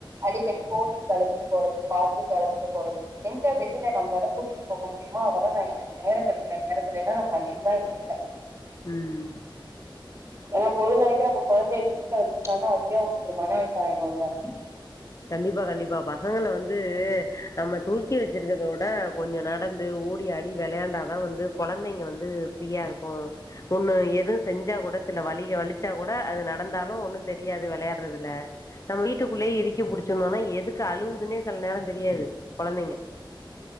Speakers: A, on the right; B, on the left.
A: அடிக்கடி கோவிலுக்கு அழச்சிட்டு போறது பார்க்குக்கு அழச்சிட்டு போறது எங்க வெளில நம்ளால கூட்டிட்டு போக முடியுமோ அதெல்லா நா என க்கு நேரங் கெடைக்கிற நேரத்துலேலா நான் பண்ணிட்டுதா இருக்க
B: ம்
A: ஏனா பொழுதனைக்கு நம்ம கொழந்தைய வீட்ல வச்சிருந்தோனா அதுவே அவுங்ளுக்கு ஒரு மன அழுத்தோ ஆய்டுல
B: கண்டிப்பா கண்டிப்பா பசங்கள வந்து நம்ம தூக்கி வச்சிருக்கற்த உட கொஞ்சோ நடந்து ஓடி ஆடி வெளையாண்டா தா வந்து கொழந்தைங்க வந்து ஃப்ரீயா இருக்கு ஒன்னு எது செஞ்சா கூட சில வலிக வலிச்சா கூட அது நடந்தாலு ஒன்னு தெரியாது வெளையாட்றதுல நம் வீட்டுக்குள்ளயே இரிக்கி புடிச்சிருந்தோனா எதுக்கு அழுகுதுனே சில நேரோ தெரியாது கொழந்தைங்க